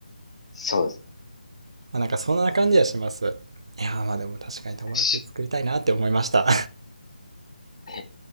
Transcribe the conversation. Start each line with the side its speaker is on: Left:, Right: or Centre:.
Left: そうです。
Right: まあ、なんかそんな感じはします。いやーまあでも確かに友達作りたいなって思いました。
Left: 確かに